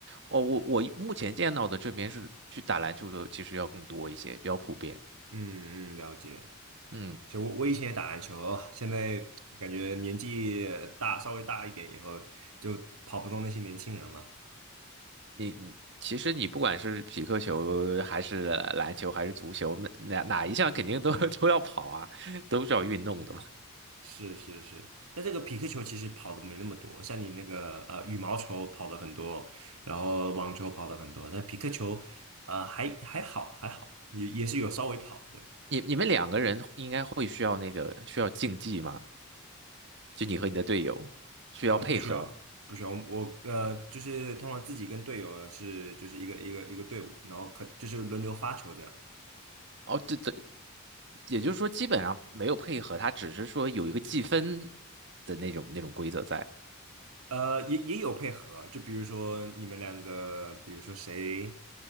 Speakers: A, on the right (about 50°); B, on the right (about 75°).
A: 哦，我我目前见到的这边是去打篮球的，其实要更多一些，比较普遍。
B: 嗯嗯，了解。
A: 嗯。
B: 就我我以前也打篮球哦现在感觉年纪大，稍微大一点以后，就跑不动那些年轻人了。
A: 你你其实你不管是匹克球还是篮球还是足球，哪哪一项肯定都 <laughs> 都要跑啊，都是要运动的嘛。
B: 是是是，但这个匹克球其实跑的没那么多，像你那个呃羽毛球跑了很多，然后网球跑了很多，但匹克球呃还还好还好，也也是有稍微跑，对，
A: 你你们两个人应该会需要那个需要竞技嘛？就你和你的队友需要配合。
B: 呃不需要不需要，我呃就是通常自己跟队友是就是一个一个一个队伍，然后可就是轮流发球这样。
A: 哦，这这也就是说基本上没有配合，他只是说有一个计分的那种那种规则在。
B: 呃，也也有配合啊，就比如说你们两个，比如说谁